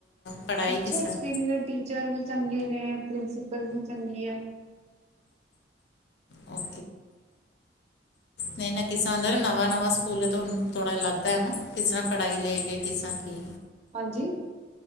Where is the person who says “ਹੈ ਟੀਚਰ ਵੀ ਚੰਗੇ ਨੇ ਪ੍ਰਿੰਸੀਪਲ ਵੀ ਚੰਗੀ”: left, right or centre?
Right